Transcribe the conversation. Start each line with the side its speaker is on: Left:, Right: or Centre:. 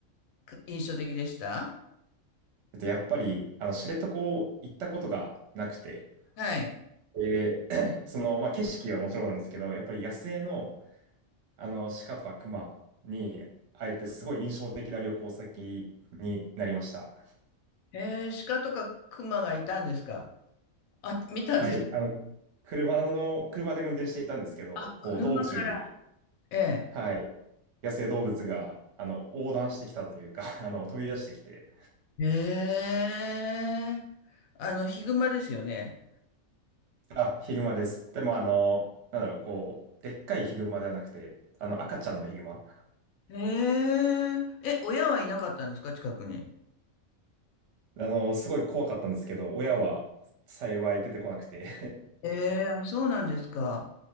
Left: か印象的でした
Right: えっと、やっぱり、あの、知床行ったことがなくて、
Left: はい。
Right: で、<clears throat> その、まあ、景色はもちろんなんですけど、やっぱり野生の、あの鹿とか熊に会えて、すごい印象的な旅行先になりました。
Left: ええ、鹿とか熊がいたんですかあ、見たんです。
Right: はい、あの車の、車で運転していたんですけど、
Left: あ、
Right: こう道中に、
Left: 車から。ええ。
Right: はい、野生動物があの横断してきたというか、<laughs> あの飛び出してきて、
Left: ええあの、ヒグマですよね。
Right: あ、ヒグマです。でも、あの、なんだろう、こう、でっかいヒグマではなくて、あの赤ちゃんのヒグマ。
Left: えええ、親はいなかったんですか、近くに。
Right: あの、すごい怖かったんですけど、親は幸い出てこなくて
Left: ええあ、そうなんですか。